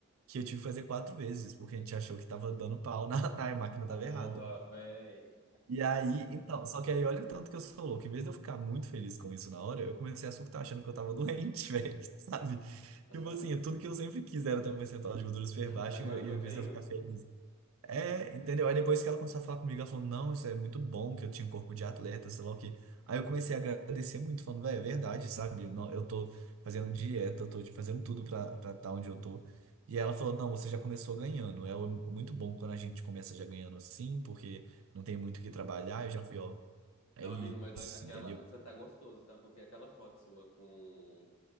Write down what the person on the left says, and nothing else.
Porra,
véi.
<laughs>
Agora
que eu
tenho,
Não, amigo, mas
a- aquela.
Você tá gostoso, tá? Porque aquela foto sua com.